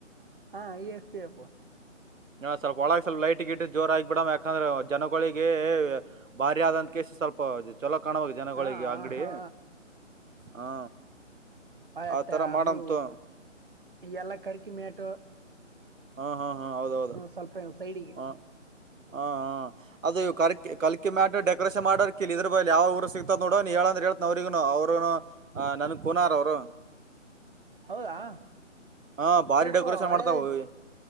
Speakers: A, on the right (about 45°); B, on the right (about 80°).
A: ಹಾ ಈ ಎಫ್ ಪಿ ಎಫ್.
B: ನಾ ಸ್ವಲ್ಪ ಒಳಾಗ ಸ್ವಲ್ ಲೈಟ್ ಗಿಟ್ ಜೋರಾಗಿ ಆಗಿ ಬಿಡ ಯಾಕಾಂದ್ರ್ ಜನಗೊಳಿ ಗೆ ಭಾರಿ ಆದಂತಕೆಸ್ ಸ್ವಲ್ ಪ ಇದು ಚಲೋ ಕಾಣ ಹೋಗಿ ಜನಗಳಿಗೆ
A: ಹಾ
B: ಅಂಗಡಿ
A: ಹಾ
B: ಹಾ
A: ಆಯ್ತಾ
B: ಆ ತರ
A: ಅದು
B: ಮಾಡಮ್ ತೊ
A: ಎಲ್ಲ ಕರಿಕಿಮ್ಯಾಟು
B: ಹ್ಮ್ ಹ್ಮ್ ಹ್ಮ್ ಹೌದ್ ಹೌದು
A: ಸ್ವಲ್ಪ ಸೈಡಿಗೆ
B: ಹ್ಮ್ ಹ್ಮ್ ಹ್ಮ್ ಅದು ಕರ್ಕಿ ಕಲ್ಕಿ ಮ್ಯಾಟ್ ಡೆಕೋರೇಷನ್ ಮಾಡರ್ ಕಲ್ ಇದ್ರ ಬಗ್ಲಿ ಯಾವ ಊರ ಸಿಗ್ತದ್ ನೋಡ ನೀ ಏಳ್ಂದ್ರೆ ಹೇಳ್ತ್ನ್ ಅವ್ರಿಗುನು ಅವ್ರುನು ನನ್ಗ್ ಕುನಾರ್ ಅವರು
A: ಹೌದಾ
B: ಹಾ ಭಾರಿ
A: ಸ್ವಲ್ಪ
B: ಡೆಕೋರೇಷನ್
A: ಒಳ್ಳೇದಾಯ್ತು
B: ಮಾಡ್ತಾವ ಹವಿ